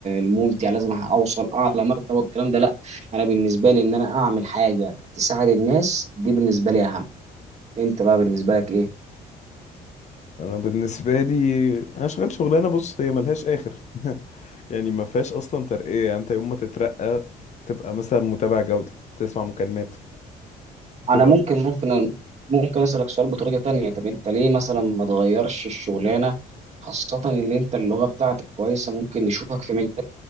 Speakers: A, on the right; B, on the left.
A: الممتع لازم اوصل اعلى مرتبه والكلام ده لا انا بالنسبه لي ان انا اعمل حاجه تساعد الناس دي بالنسبه لي اهم انت بقى بالنسبه لك ايه
B: انا بالنسبه لي انا شغال شغلانه بص هي ملهاش اخر <laughs> يعني ما فيهاش اصلا ترقيه يعني انت يوم ما تترقى تبقى مثلا متابع جوده تسمع مكالمات
A: انا
B: تبقى
A: ممكن ممكن ممكن اسالك سؤال بطريقه تانية طب انت ليه مثلا ما تغيرش الشغلانه خاصه ان انت اللغه بتاعتك كويسه ممكن نشوفك في مجال